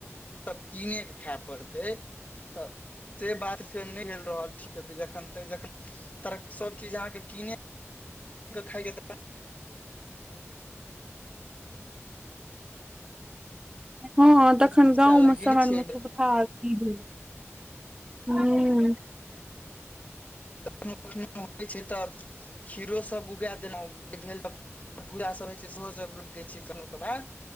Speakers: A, on the left; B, on the right.
A: सब कीने के खाय पड़तै तऽ से बात फेर नहि हेल रहल ठीक जखन ते जखन तर सब चीज अहाँके कीने के खइ के त
B: हँ
A: सबटा
B: तखन गाँंव
A: लगेने
B: मे शहर
A: छियै
B: मे
A: एहि बेर
B: सुविधा ह हूँ
A: खनो कखनो होइ छै तऽ खीरो सब उगा देलहुँ भेल तऽ भूजा सब होइ छै सेहो सब रोप दै छ कननो क बाद